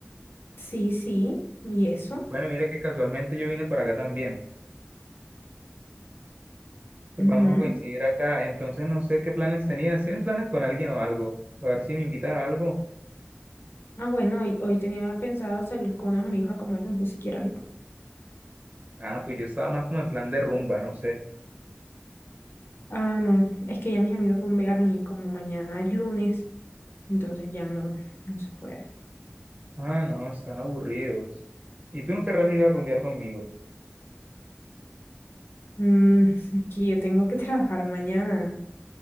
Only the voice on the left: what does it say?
Sí, sí, ¿y eso?
Ujú.
Ah, bueno, hoy, hoy tenía pensado salir con unos amigos a comer, no sé si quieras ir.
Ah, no, es que ya mis amigos rumbearon y como mañana es lunes, entonces ya no, no se puede.
Mm, <laughs> que yo tengo que <laughs> trabajar mañana.